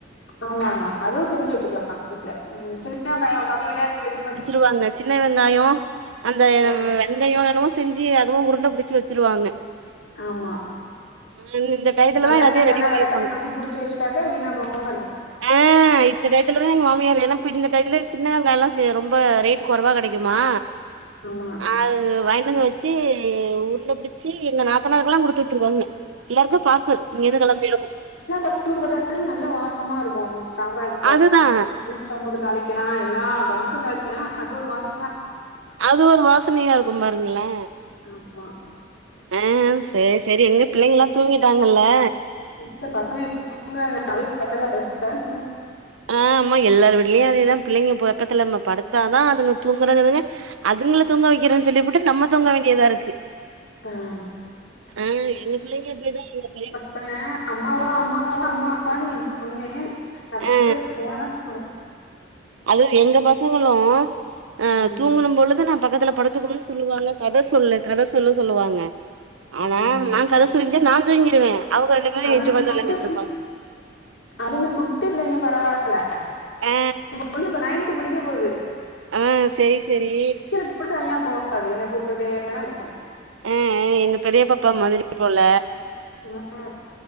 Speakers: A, on the left (about 80°); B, on the right (about 80°).
A: ஆமா ஆமா அதுவு செஞ்சு வச்சுக்குலா வீட்ல ம் சின்ன வெங்காயோ கம்மி வெலையா கெடைக்கும்போது
B: குவாங்க சின்ன வெங்காயோ அந்த
A: ஆ
B: வெந் தையோ என்னமோ செஞ்சு அதுவு உருண்ட புடுச்சு வச்சிருவாங்க
A: ஆமா
B: அ இந்த டயத்துலதா
A: நல்லெண்ண
B: எல்லாத்தையு
A: இல்லனா
B: ரெடி பண்ணி
A: வெளக்கென்ன
B: வைப்பாங்க
A: ஊத்தி புடிச்சு வச்ட்டாக்க வீணாபோவாமா இருக்கு
B: ஆ இந்த டயத்துலதா எங்க மாமியாரு ஏனா இப்ப இந்த டையத்துல சின்னவெங்காயோலா சே ரொம் ப ரேட் கொறவா கெடைக்குமா
A: ஆமா
B: அது வாய்ண்டு வந்து வச்சு உருண்ட புடுச்சி எங்க நாத்தனாருக்குலா குடுத்துட்ருவாங்க எல்லாருக்கு பார்சல் இங்கேர்ந்து கெளம்பிருக்கு
A: பூண்டு போட்டதா நல்லா வாசமா இருக்கு சாம்பாருக்கு போடலா
B: அதுதா
A: உ கொழம்புக்கு தாளிக்கலா எல்லா கொழம்புக்கு தாளிக்கலா அது ஒரு வாசோ
B: அது ஒரு வாசனையா இருக்கும் பாருங்களே
A: ஆமா
B: ஆ சேரி செரி எங்க பிள்ளைங்குலா தூங்கிட்டாங்கலா
A: இப்ப பசங்க இப்ப துங்கதுங்க நா போயி பக்கத்துல படுத்தா தா
B: அ ஆமா எல்லார் வீட்லையு அதேதா பிள்ளைங்க பக்கத்துல நம்ம படுத்தாதா அதுங்க தூங்குறங்குதுங்க அதுங்ல தூங்க வக்கிறன் சொல்லிபுட்டு நம்ம தூங்க வேண்டியதா இருக்கு
A: ஆ
B: அ எங்க புள்ளைங்க அப்டிதா <unintelligible>
A: சங்க அம்மா வா அம்மா வா அம்மாவான்னு ஏ பொண்ணு நா பக்கத்துல
B: ஆ
A: போனாதா தூ
B: அது எங்க பசங்களு அ
A: உம்
B: தூங்குனும்பொழுது நா பக்கத்துல படுத் துக்கனுன் சொல்லுவாங்க கத சொல்லு கத சொல்ல சொல்லுவாங்க ஆனா
A: உம்.
B: நநா கத சொல்லிக்கிட்டே நா தூங்கிருவே அவுங்க ரெண்டு பேரு
A: அதுங்க
B: ஏஞ்ச்சு ஒக்கந்து
A: குட்டி
B: வெள்ளாண்டுட்ருப்பாங்க
A: அதுங்க குட்டி பிள்ளைங்க பரவால்லா
B: ஆ
A: ஏ பொண்ணு இப்ப நையன்த்து படிக்க போது
B: அ செரி செரி
A: எப்டி தனியா போவாது என்ன கூப்டுட்டுடே தா இருக்கு
B: அ அ எங்க பெரிய பாப்பா மாதுரி போல
A: <inaudible>